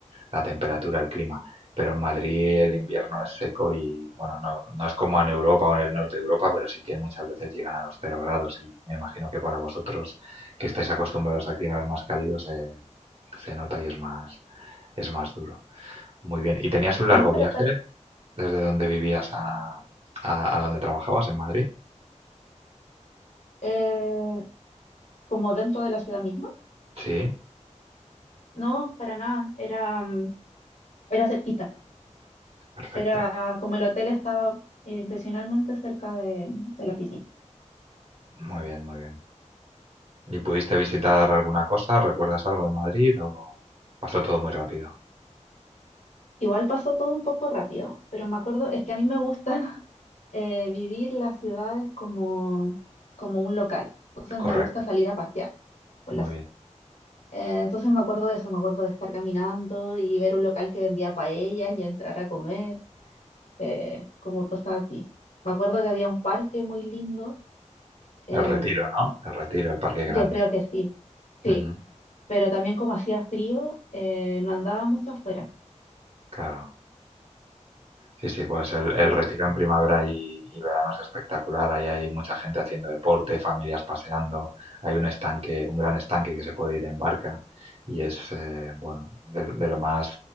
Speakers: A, on the right; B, on the left.
A: la temperatura, el clima. Pero en Madrid el invierno es seco y, bueno, no, no es como en Europa o en el norte de Europa, pero sí que muchas veces llegan a los cero grados y me imagino que para vosotros que estáis acostumbrados a climas más cálidos eh, se nota y es más, es más duro. Muy bien. ¿Y tenías un
B: No,
A: largo
B: pero
A: viaje
B: para,
A: desde donde vivías a, a, a donde trabajabas en Madrid?
B: eh, como dentro de la ciudad misma.
A: Sí,
B: No, para nada, era, mm, era cerquita.
A: perfecto.
B: Era como el hotel estaba intencionalmente cerca de, de la oficina.
A: Muy bien, muy bien. ¿Y pudiste visitar alguna cosa? ¿Recuerdas algo de Madrid o pasó todo muy rápido?
B: Igual pasó todo un poco rápido, pero me acuerdo, es que a mí me gusta <laughs> eh, vivir las ciudades como, como un local. Entonces
A: Correcto,
B: me gusta salir a pasear por
A: muy
B: la ciudad.
A: bien.
B: Eh, entonces me acuerdo de eso, me acuerdo de estar caminando y ver un local que vendía paellas y entrar a comer, eh, como cosas así. Me acuerdo que había un parque muy lindo, em,
A: El Retiro, ¿no? El Retiro, el Parque Grande.
B: Yo creo que sí, sí,
A: Ujú,
B: pero también como hacía frío, eh, no andaba mucho afuera.
A: Claro. Sí, sí, pues el, el
B: Pero
A: Retiro en primavera y, y verano es espectacular. Ahí hay mucha gente haciendo deporte, familias paseando. Hay un estanque, un gran estanque que se puede ir en barca. Y es, eh, bueno, de, de lo más